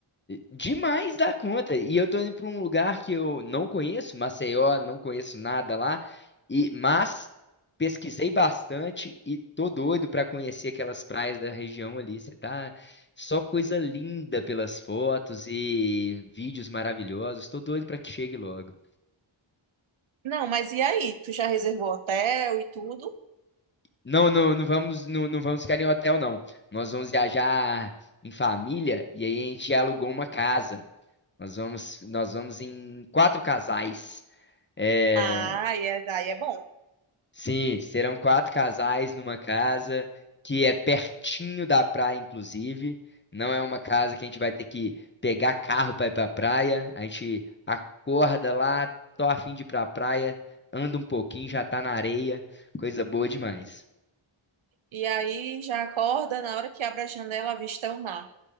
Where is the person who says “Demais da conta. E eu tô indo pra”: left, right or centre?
Left